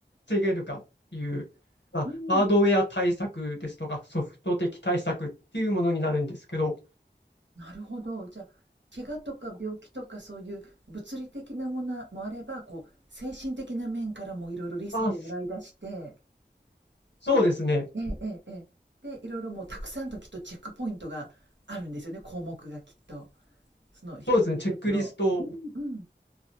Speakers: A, on the left; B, on the right.
A: 防げるかっていう、まあ、
B: うん。
A: ハードウェア対策ですとか、ソフト的対策っていうものになるんですけど、
B: なるほど。じゃあ、怪我とか病気とかそういう物理的なものもあれば、こう、精神的な面からもいろいろリスクを洗い出して、
A: まあ、そうですね。
B: でええええええ。で、いろいろもうたくさんときっとチェックポイントがあるんですよね、項目がきっと。その一つ一つの。
A: そうですね。チェックリスト
B: うんうん。